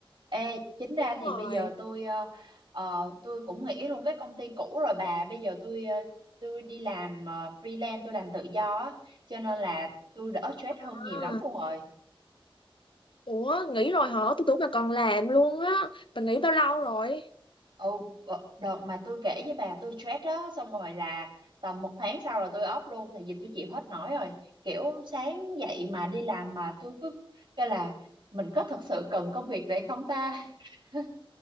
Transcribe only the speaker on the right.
Ê, chính ra
thì
bây giờ tôi ờ, ờ, tôi cũng nghỉ luôn cái công ty cũ rồi bà. Bây giờ tôi ờ, tôi đi làm ờ, freelance, tôi làm tự do á, cho nên là tôi đỡ stress
hơn nhiều lắm luôn rồi.
Ồ, bợ- đợt mà tôi kể với bà tôi stress đó xong rồi là tầm một tháng sau rồi tôi off luôn tại vì tôi chịu hết nổi rồi kiểu sáng dậy mà đi làm mà tôi cứ cái là mình có thật sự cần công việc này không ta <laughs>